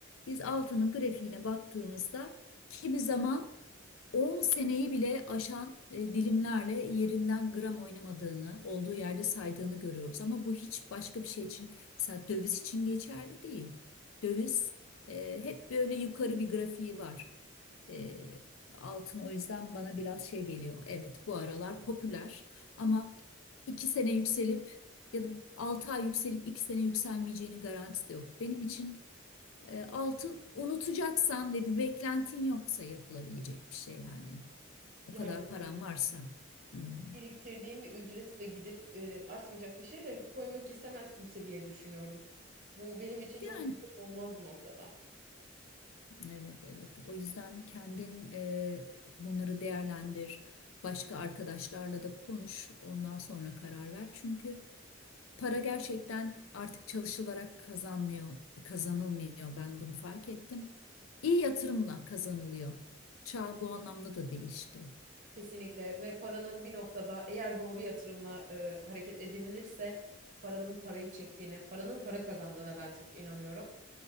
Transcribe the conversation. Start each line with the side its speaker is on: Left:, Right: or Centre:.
Left: Biz altının grafiğine baktığımızda kimi zaman 10 seneyi bile aşan e, dilimlerle yerinden gram oynamadığını, olduğu yerde saydığını görüyoruz. Ama bu hiç başka bir şey için, mesela döviz için geçerli değil. Döviz e, hep böyle yukarı bir grafiği var. E, altın o yüzden bana biraz şey geliyor. Evet, bu aralar popüler ama 2 sene yükselip ya da 6 ay yükselip 2 sene yükselmeyeceğinin garantisi de yok. Benim için e, altın unutacaksan ve bir beklentin yoksa yapılabilecek bir şey yani. O
Right: Yani
Left: kadar
Right: tabii
Left: paran varsa. Hmm.
Right: biriktirdiğim bir ücreti de gidip e, artmayacak bir şey de koymak istemez kimse diye düşünüyorum. Bu benim için çok
Left: Yani
Right: yatırım olmaz bu noktada.
Left: evet evet. O yüzden kendin e, bunları değerlendir. Başka arkadaşlarla da konuş. Ondan sonra karar ver. Çünkü para gerçekten artık çalışılarak kazanmıyor, kazanılmıyor. Ben bunu fark ettim. İyi yatırımla kazanılıyor. Çağ bu anlamda da değişti.
Right: Kesinlikle ve paranın bir noktada eğer doğru yatırımla e, hareket edinilirse paranın parayı çektiğine, paranın para kazandığına ben çok inanıyorum.